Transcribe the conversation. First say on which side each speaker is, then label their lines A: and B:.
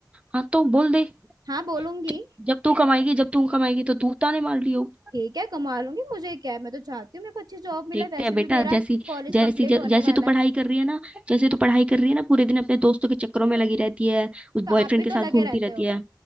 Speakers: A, on the right (about 15°); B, on the right (about 65°).
A: हाँ तो बोल दे
B: हाँ बोलूंगी
A: जब जब तू कमाएगी जब तू कमाएगी तो तू ताने मार रही हो,
B: ठीक है कमा लूंगी मुझे क्या है मैं तो चाहती हूँ मेरे को अच्छी जॉब मिले
A: देखते
B: वैसे
A: हैं बेटा
B: भी मेरा
A: जैसी
B: कॉलेज
A: जैसी
B: कंप्लीट
A: जै,
B: होने
A: जैसी
B: वाला
A: तू पढ़ाई
B: है
A: कर रही है ना जैसे तू पढ़ाई कर रही है ना पूरे दिन अपने दोस्तों के चक्करों में लगी रहती है उस
B: तो
A: बॉयफ्रेंड
B: आप भी तो
A: के साथ
B: लगे
A: घूमती
B: रहते
A: रहती
B: हो
A: है